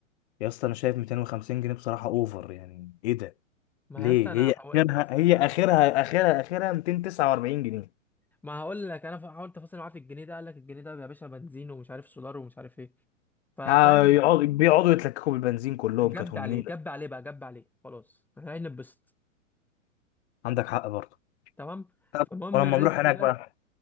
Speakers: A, on the left; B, in the centre.
A: يا اسطى انا شايف 250 جنيه بصراحه اوفر يعني ايه ده
B: ما
A: ليه
B: يا اسطى انا
A: هي
B: هحاول
A: اخرها
B: بص
A: هي
B: طبعا
A: اخرها اخرها اخرها 249 جنيه
B: ما هقول لك انا حاولت افاصل معاه في الجنيه ده قال لك الجنيه ده يا باشا بنزين ومش عارف سولار ومش عارف ايه ففاهم
A: آه، يقعدوا بيقعدوا يتلككوا بالبنزين كلهم
B: جب
A: كانت هم
B: عليه
A: نيله
B: جب عليه بقى جب عليه خلاص احنا هنتبسط
A: عندك حق برضه
B: تمام
A: طب
B: فالمهم
A: ولما
B: الريست
A: نروح هناك
B: ده
A: بقى